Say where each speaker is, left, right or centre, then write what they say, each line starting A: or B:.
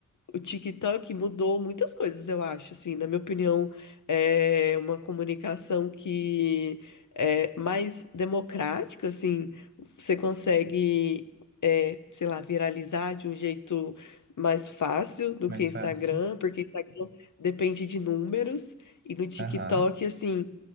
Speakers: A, on the left; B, on the right.
A: o TikTok mudou muitas coisas, eu acho, assim, na minha opinião, é uma comunicação que é mais democrática, assim, você consegue, é, sei lá, viralizar de um jeito mais fácil do
B: mais
A: que Instagram,
B: fácil.
A: porque Instagram depende de números, e no TikTok,
B: Aham.
A: assim,